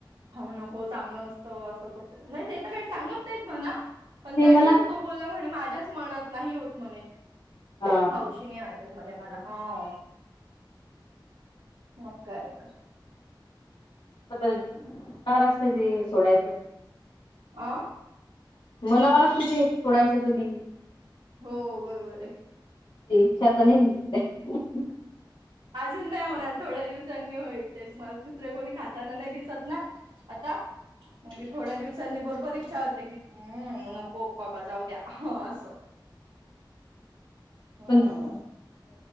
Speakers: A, on the right; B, on the left.
A: खाऊ नको, चांगलं नसतं असं तसं, नाही ते तर काही सांगत नाहीत म्हणा. पण
B: ते
A: त्याचाच
B: मला
A: तो बोलला म्हणे माझ्याच मनात नाही होत म्हणे.
B: अ
A: खाऊशे नाही वाटत म्हणे मला हा. मग काय तर
B: <unintelligible> महाराष्ट्र ते सोडायचं.
A: आ?
B: मला ओळखती ती सोडायचं कधी.
A: हो बरोबर आहे.
B: <unintelligible> <inaudible>
A: अजून नाही होणार थोड्या दिवसांनी होईल ते. तुम्हाला दुसरे कोणी खाताना नाही दिसत ना. आता? म्हणजे थोड्या दिवसांनी बरोबर इच्छा होते की हम्म नको बाबा जाऊ द्या असं. हा.
B: पण